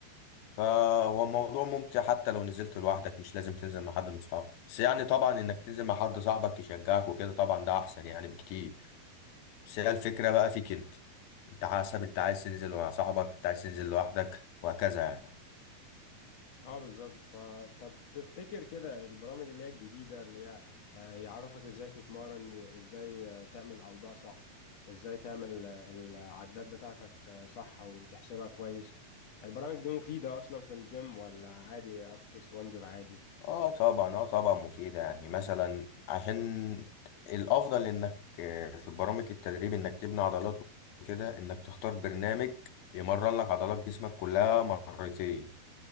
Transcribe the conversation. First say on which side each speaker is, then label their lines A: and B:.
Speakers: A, on the left; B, on the left.
A: فهو الموضوع ممتع حتى لو نزلت لوحدك مش لازم تنزل مع حد من صحابك بس يعني طبعا انك تنزل مع حد صاحبك يشجعك وكده طبعا ده احسن يعني بكتير بس هي الفكرة بقى فيك انت انت حسب انت عايز تنزل مع صاحبك انت عايز تنزل لوحدك وهكذا يعني
B: اه بالظبط فطب تفتكر كده البرامج اللي هي الجديدة اللي هي آه يعرفك ازاي تتمرن ازاي آه تعمل اوضاع صح ازاي تعمل آه العدات بتاعتك آه صح وتحسبها كويس البرامج دي مفيدة اصلا في الجيم ولا عادي افكس وانزل عادي
A: اه طبعا اه طبعا مفيدة يعني مثلا عشان الافضل انك آه، في برامج التدريب انك تبني عضلات وكده انك تختار برنامج يمرن لك عضلات جسمك كلها مرتين